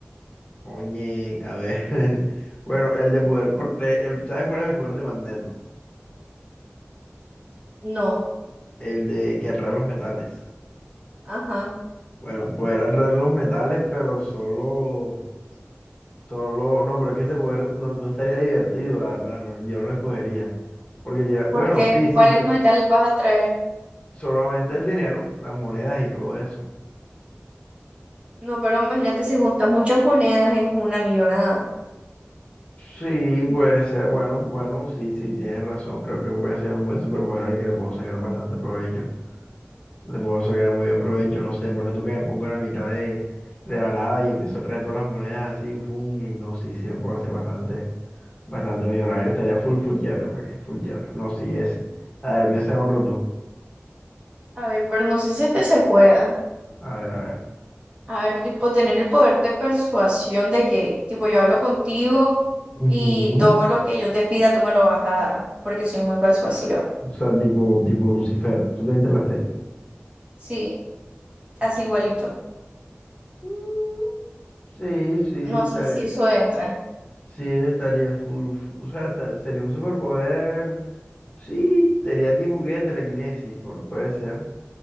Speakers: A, on the left; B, on the right.
A: Oye, a ver. <laughs> Bueno, el de poder. con- de- el- ¿sabes cuál es el poder de Magneto?
B: No,
A: El de que atrae los metales.
B: ajá.
A: Bueno, poder atraer los metales, pero solo. Solo. No, pero es que ese poder no, no estaría divertido, la verdad. no, yo no lo escogería. Porque, ya-
B: Porque,
A: bueno, sí, sí,
B: ¿cuáles
A: sí.
B: metales vas a traer?
A: Solamente el dinero, las monedas y todo eso.
B: No, pero imagínate si juntas muchas monedas es una millonada.
A: Sí, puede ser. Bueno, bueno, sí, sí, tienes razón. Creo que puede ser un buen superpoder al que le puedo sacar bastante provecho. Le puedo sacar muy bien provecho, no sé, ponle tú que me pongo a la mitad de, de la nada y empiezo a traer todas las monedas así, fum, y no, sí, sí me puedo hacer bastante, bastante millonario, estaría full, full quiebre, ¿para qué? Full quiebre, no, sí, ese. A ver, piensa en otro tú.
B: A ver, pero no sé si este se pueda.
A: A ver, a ver.
B: A ver, tipo, tener el poder de persuasión de que, tipo, yo hablo contigo
A: Ujú.
B: y todo lo que yo te pida tú me lo vas a dar, porque soy muy persuasiva.
A: O sea, tipo, tipo Lucifer, tú te viste la serie.
B: Sí,
A: Ok.
B: así igualito.
A: Mm, Sí, sí,
B: No
A: estaría,
B: sé si eso entra.
A: sí, estaría full, fu- o sea, esta- sería un superpoder, sí, sería tipo que telequinesis, por, puede ser,